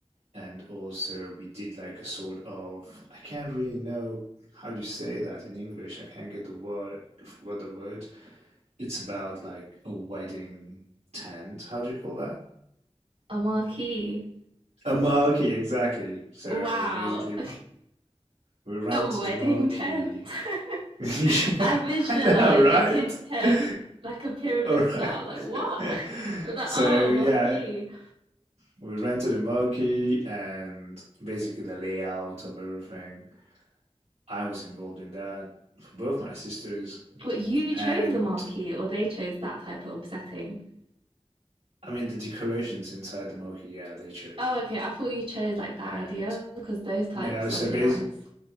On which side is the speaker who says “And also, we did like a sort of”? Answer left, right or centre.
Right